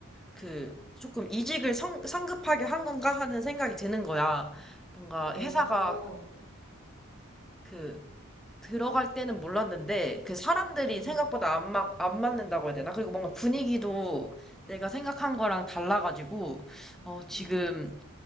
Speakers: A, in the centre; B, on the left.
A: 그, 조금 이직을 성, 성급하게 한 건가 하는 생각이 드는 거야. 뭔가
B: 어,
A: 회사가 그 들어갈 때는 몰랐는데 그 사람들이
B: 음,
A: 생각보다 안 막, 안 맞는다고 해야 되나? 그리고 뭔가 분위기도 내가 생각한 거랑 달라가지고 어, 지금
B: 음.